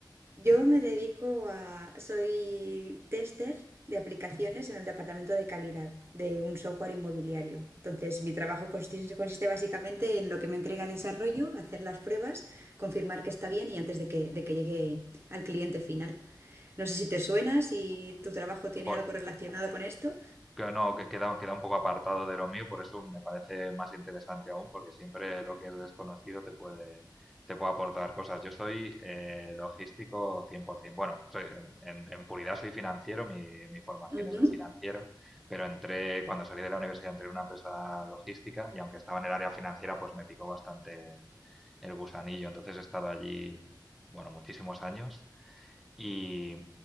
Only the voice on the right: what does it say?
Yo me dedico a, soy tester de aplicaciones en el departamento de calidad de un software inmobiliario. Entonces, mi trabajo consiste, consiste básicamente en lo que me entrega desarrollo, hacer las pruebas, confirmar que está bien y antes de que, de que llegue al cliente final. No sé si te suena, si tu trabajo tiene
algo relacionado con esto.
Ujú,